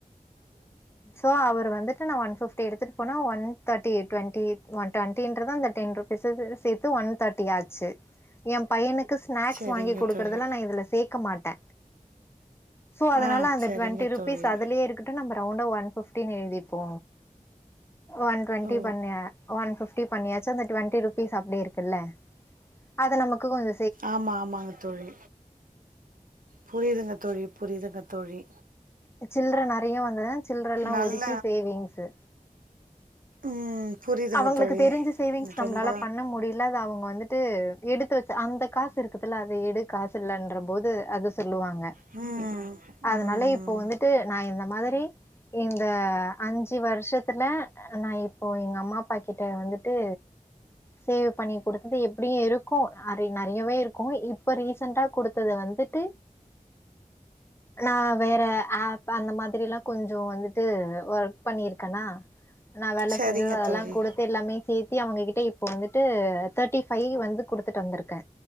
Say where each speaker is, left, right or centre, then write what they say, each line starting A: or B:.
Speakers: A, on the left (about 20°); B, on the right (about 80°).
A: சோ அவர் வந்துட்டு நா ஒன் ஃபிஃப்டி எடுத்துட்டு போனா ஒன் தேர்ட்டி டுவென்டி ஒன் டுவெனீடின்றதா அந்த டென் ருபீஸ சே சேத்து ஒன் தேர்ட்டி ஆச்சு எ பையனுக்கு ஸ்நாக்ஸ்
B: செரிங்க
A: வாங்கி குடுக்குறதுலா
B: தோழி
A: நா இதுல சேக்க மாட்டே சோ அதனால
B: ஆ
A: அந்த
B: செரிங்க
A: டுவென்டி ருபீஸ்
B: தோழி
A: அதுலே இருக்கு ன்ட்டு நம்ம ரவுண்டா ஒன் ஃபிஃப்டினு எழுதிப்போ ஒன் டுவென்டி
B: ஓ
A: பண்ண ஒன் ஃபிஃப்டி பண்ணியாச்சு அந்த டுவென்டி ருபீஸ் அப்டியே இருக்குல்ல அத நமக்கு கொஞ்ச
B: ஆமா ஆமாங்க தோழி புரியுதுங்க தோழி புரியுதுங்க தோழி
A: இப்ப சில்ற நெறையா வந்ததுனா சில்றலா
B: நல்ல
A: ஒதுக்கி சேவிங்ஸு
B: ம் புரியுதுங்க
A: அவங்களுக்கு
B: தோழி
A: தெரிஞ்சு சேவிங்ஸ் நம்ளால
B: ரொம்ப
A: பண்ண முடியல் இல்ல அத அவ்ங்க வந்துட்டு எடுத்து வச்ச அந்த காசு இருக்குதுல அத எடு காசு இல்லன்ற போது அத சொல்லுவாங்க
B: ம்
A: அதனால
B: ம்
A: இப்போ வந்துட்டு நா இந்த மாதிரி இந்த அஞ்சு வருஷத்துல நா இப் இப்போ எங்க அம்மாப்பா கிட்ட வந்துட்டு சேவ் பண்ணி குடுத்தது எப்டியு இருக்கு அரை நெறையாவே இருக்கு இப்ப ரீசண்டா குடுத்தது வந்துட்டு நா வேற ஆப் அந்த மாதிரிலா கொஞ்சோ வந்துட்டு ஒர்க் பண்ணிருக்கனா நா வேல
B: செரிங்க
A: செஞ்சது அதெல்லா
B: தோழி
A: குடுத் து எல்லாமே சேத்தி அவுங்ககிட்ட இப்போ வந்துட்டு தேர்டி ஃபைவ் வந்து குடுத்துட்டு வந்திருக்கே